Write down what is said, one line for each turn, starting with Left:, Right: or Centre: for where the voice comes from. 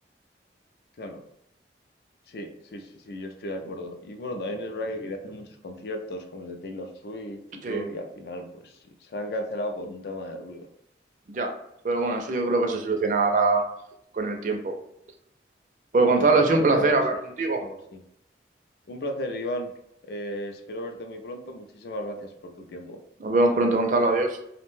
Left: Claro. Sí, sí, sí, sí, yo estoy de acuerdo. Y bueno, también es verdad que quería hacer muchos conciertos como el de Taylor Swift y
Right: Sí,
Left: todo, y al final pues se han cancelado por un tema de ruido.
Right: ya. Pero bueno, eso yo creo que se solucionará con el tiempo. Pues
Left: Bueno,
Right: Gonzalo,
Left: imagino
Right: ha sido un placer
Left: que algo,
Right: hablar
Left: se-
Right: contigo.
Left: algo así. Un placer, Iván. Eh, espero verte muy pronto. Muchísimas gracias por tu tiempo.
Right: Nos vemos pronto, Gonzalo. Adiós.